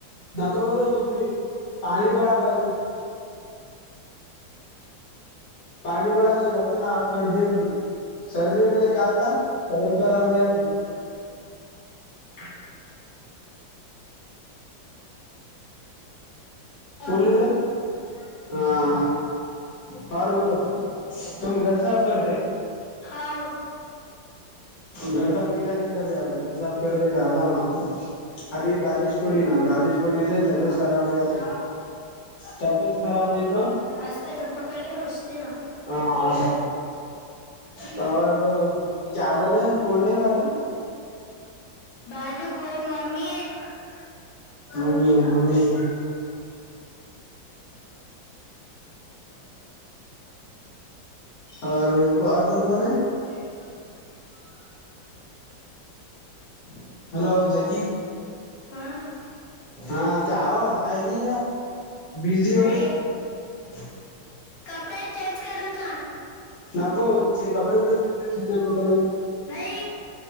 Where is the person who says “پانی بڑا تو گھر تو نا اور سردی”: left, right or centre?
Left